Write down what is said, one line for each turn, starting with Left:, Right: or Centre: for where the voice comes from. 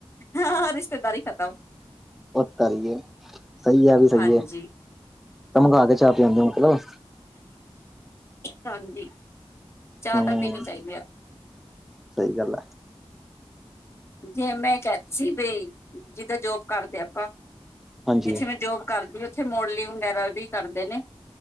Left: ਹਾਂ ਰਿਸ਼ਤੇਦਾਰੀ ਖਤਮ।
Centre: ਉਹ ਤੱਲ ਗਏ, ਸਹੀ ਆ ਵੀ ਸਹੀ
Left: ਹਾਂਜੀ
Centre: ਏ। ਤਾਂ ਮੰਗਾਂ ਦੇ ਚਾਹ ਪੀਉਂਗੇ ਮਤਲਬ।
Left: ਹਾਂਜੀ,
Centre: ਹਮ
Left: ਚਾਹ ਤਾਂ ਪੀਣੀ ਚਾਹੀਦੀ ਆ।
Centre: ਸਹੀ ਗੱਲ ਆ।
Left: ਜੇ ਮੈਂ ਕਹਿ ਤੀ ਸੀ ਵੀ ਜਿੱਦਾਂ ਜੋਬ ਕਰਦੇ ਆਪਾਂ।
Centre: ਹਾਂਜੀ
Left: ਜਿੱਥੇ ਮੈਂ ਜੋਬ ਕਰਦੀ ਆ, ਉੱਥੇ ਮੋਡਲਿੰਗ ਵਗੈਰਾ ਵੀ ਕਰਦੇ ਨੇ।